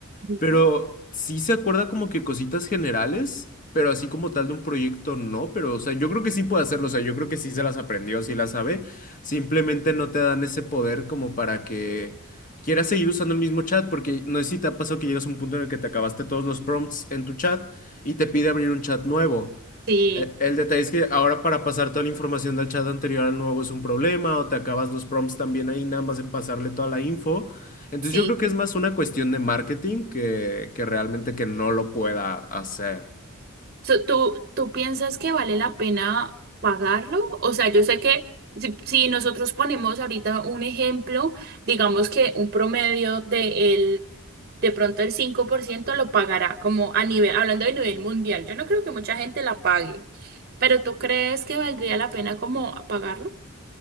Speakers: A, on the right; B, on the left.
A: Ujú.
B: Pero sí se acuerda como que cositas generales, pero así como tal de un proyecto no, pero o sea, yo creo que sí puede hacerlo, o sea, yo creo que sí se las aprendió, sí las sabe, simplemente no te dan ese poder como para que quieras seguir usando el mismo chat, porque no sé si te ha pasado que llegas a un punto en el que te acabaste todos los prompts en tu chat y te pide abrir un chat nuevo.
A: Sí.
B: E- El detalle es que ahora para pasar toda la información del chat anterior al nuevo es un problema, o te acabas los prompts también ahí, nada más en pasarle toda la info. Entonces
A: Sí,
B: yo creo que es más una cuestión de marketing que, que realmente que no lo pueda hacer.
A: So, ¿Tú, tú piensas que vale la pena pagarlo? O sea, yo sé que si, si nosotros ponemos ahorita un ejemplo, digamos que un promedio de el, de pronto el 5% lo pagará, como a nivel, hablando de nivel mundial. Yo no creo que mucha gente la pague, pero ¿tú crees que valdría la pena como pagarlo?